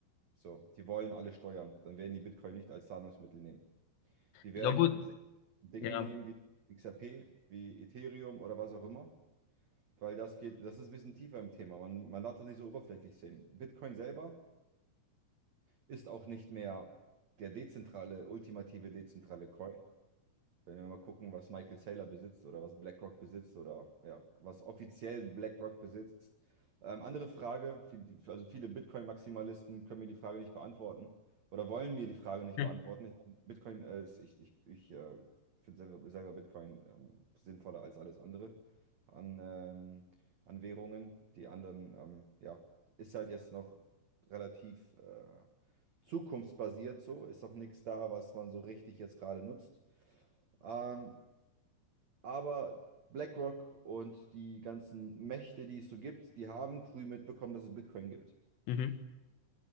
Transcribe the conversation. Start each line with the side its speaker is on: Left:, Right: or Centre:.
Right: So, die wollen alle steuern. Dann werden die Bitcoin nicht als Zahlungsmittel nehmen. Die werden
Left: Ja, gut.
Right: sich Dinge
Left: Ja.
Right: nehmen wie XRP, wie Ethereum oder was auch immer, weil das geht, das ist ein bisschen tiefer im Thema. Man, man darf das nicht so oberflächlich sehen. Bitcoin selber ist auch nicht mehr der dezentrale, ultimative dezentrale Coin. Wenn wir mal gucken, was Michael Saylor besitzt oder was BlackRock besitzt oder ja, was offiziell BlackRock besitzt. Ähm, andere Frage, viel- also viele Bitcoin-Maximalisten können mir die Frage nicht beantworten oder wollen mir die Frage nicht
Left: Hm.
Right: beantworten. Ich, Bitcoin, äh, ist, ich, ich, ich äh, finde selber, selber Bitcoin ähm, sinnvoller als alles andere an, ähm, an Währungen. Die anderen, ähm, ja, ist halt jetzt noch relativ äh, zukunftsbasiert so, ist noch nichts da, was man so richtig jetzt gerade nutzt. Ähm, aber BlackRock und die ganzen Mächte, die es so gibt, die haben früh mitbekommen, dass es Bitcoin gibt.
Left: Mhm.